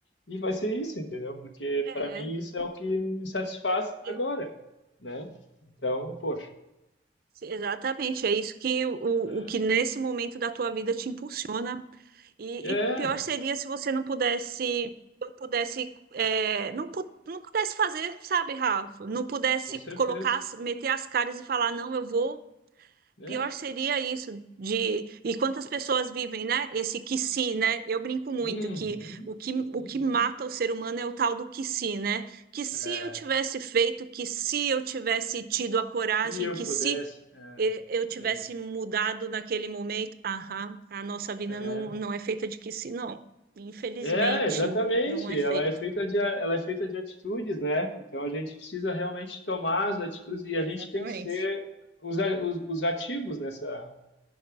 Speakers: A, on the left (about 80°); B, on the right (about 55°).
A: E vai ser isso, entendeu? Porque
B: É,
A: para mim isso é o que me satisfaz agora,
B: eu-
A: né? Então, poxa,
B: exatamente. É isso que o,
A: né?
B: o que nesse momento da tua vida te impulsiona. E,
A: É,
B: e pior seria se você não pudesse, não pudesse, é, não, pu- não pudesse fazer, sabe, Rafa? Não pudesse
A: com certeza.
B: colocar, as- meter as caras e falar, não, eu vou
A: É.
B: Pior seria isso de e quantas pessoas vivem, né? Esse que se, né? Eu brinco muito
A: Uhum,
B: que o que
A: uhum.
B: o que mata o ser humano é o tal do que se, né? Que se
A: É,
B: eu tivesse feito, que se eu tivesse tido a coragem,
A: se eu
B: que
A: pudesse,
B: se
A: é,
B: eh, eu tivesse
A: é,
B: mudado naquele momento, aham, a nossa vida
A: é.
B: não, não é feita de que se, não. Infelizmente,
A: É, exatamente.
B: não é
A: Ela
B: feita.
A: é feita de, a- ela é feita de atitudes, né? Então a gente precisa realmente tomar as atitudes e a
B: Exatamente.
A: gente tem que ser os, a- os, os ativos nessa,